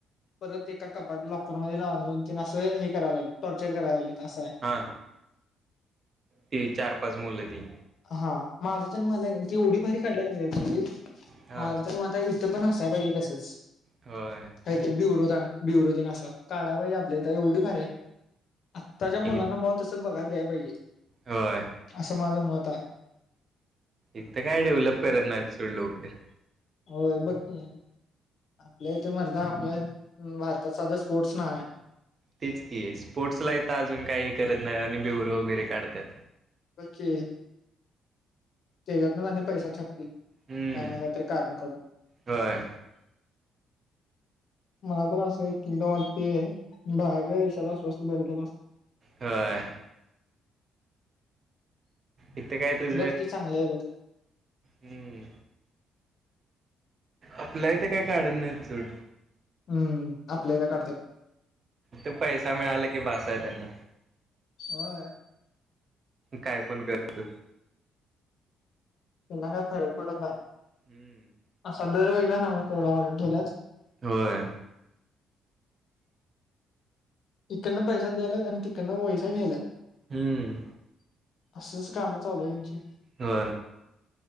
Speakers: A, on the left; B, on the right.
A: परत एका कपाट लॉकरमध्ये लावून लादुन किन असं हे, करायला लागले टॉर्चर कराय लागल असं आहे.
B: हा ती चार, पाच मुलं ती.
A: हा माझ तर मला ती एवढी भारी काढलीय
B: हा
A: माझ तर <unintelligible> मत हाय ते पण असायला पाहिजे तसच.
B: होय
A: का ते बिवरोदा बिवरोदीनं काढायला पाहिजे आपल्या तर एवढी भारी आहे. आत्ताच्या मुलांना
B: इ
A: मो तस बघायला द्यायला पाहिजे.
B: होय
A: असं माझं मत. तः
B: इथं काय डेव्हलप करत नाय सोड लवकर.
A: होय बघ की. आपल्या इथ मर्दा आपल्या भारतात साधा स्पोर्ट्स नाय.
B: तेच की, स्पोर्ट्सला इ तर अजून काही करत नाही आणि ब्युरो वगैरे काढतात.
A: बघ की. त्याच्यातन आणि पैसा छापतील
B: हम्म
A: काय न काय तर कारण करडून.
B: होय,
A: मला तर असं एक एकेदा वाटतेय भागा लास वस्तू मत <unintelligible>
B: होय. एक तर काय तुझ
A: बघ की चांगलं आहे बघ
B: हम्. आपल्या इथ काय काढत नाही सोड.
A: हम्म आपल्या इत काढत्यात.
B: ते पैसा मिळाला की, बसा आहे, त्यांना.
A: होय.
B: काय पण करतो.
A: त्यांना काय फरक पडत नाही.
B: हम्म.
A: सध्या वहिला सांग केवढं मॉर् ठेवलात.
B: होय
A: इकडनं पैसा द्यालात आणि तिकडनं वैसा घेलात
B: हम्म
A: असंच काम चालू आहे यांची
B: हो